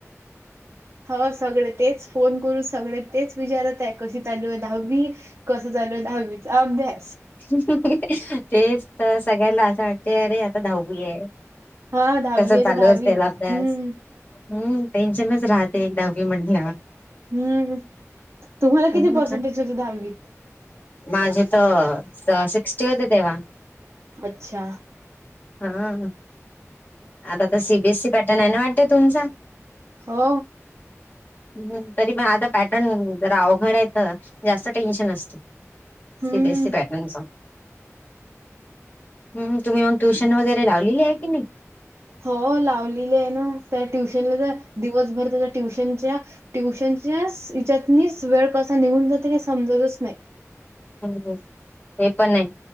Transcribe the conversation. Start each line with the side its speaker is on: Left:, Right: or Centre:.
Right: हो सगळे तेच फोन करून सगळे तेच विचारत आहे कशी चालू आहे दहावी कसं चालू आहे दहावीचा अभ्यास
Left: <inaudible> तेच तर सगळ्याला असं वाटतेय अरे आता दहावी आहे
Right: हा दहावी
Left: कस
Right: आहे
Left: चालू
Right: तर दहावी
Left: असतेला
Right: हम्म
Left: अभ्यास हम्म टेंशन राहते एक दहावी <unintelligible> म्हणल्या
Right: हम्म तुम्हाला
Left: म्हटल्यावर
Right: किती पर्सेंटेज होते दहावीत?
Left: माझे त-स- सिक्स्टी होते तेव्हा
Right: अच्छा
Left: हा आता तर सीबीएससी पॅटर्न आहे ना वाटतंय तुमचा
Right: हो
Left: हम्म तरी पण आता पॅटर्न- जरा अवघड आहे तर जास्त टेन्शन असतं
Right: हम्म
Left: सीबीएसी पॅटर्नचं हम्म तुम्ही मग ट्युशन वगैरे लावलेली आहे की नाही.
Right: हो लावलेली आहे ना त्या ट्युशनला जा- दिवसभर <unintelligible> ट्युशनच्या -ट्युशनच्या स- हेच्यात स- नी वेळ कसा निघून जाते समजतच नाही.
Left: हम्म.. हे पण आहे